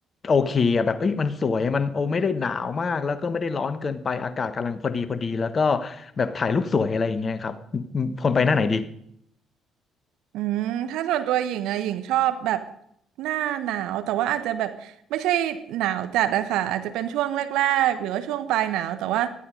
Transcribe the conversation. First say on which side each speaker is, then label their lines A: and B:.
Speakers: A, on the left (about 40°); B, on the right (about 65°).
A: โอเคอะแบบเอ้ยมันสวยมันโอไม่ได้หนาวมากแล้วก็ไม่ได้ร้อนเกินไปอากาศกำลังพอดีพอดีแล้วก็แบบถ่ายรูปสวยอะไรอย่างเงี้ยครับอืมอืมคนไปหน้าไหนดี
B: อืมถ้าส่วนตัวหญิงอะหญิงชอบแบบหน้าหนาวแต่ว่าอาจจะแบบไม่ใช่หนาวจัดอะค่ะอาจจะเป็นช่วงแรกๆหรือว่าช่วงปลายหนาวแต่ว่า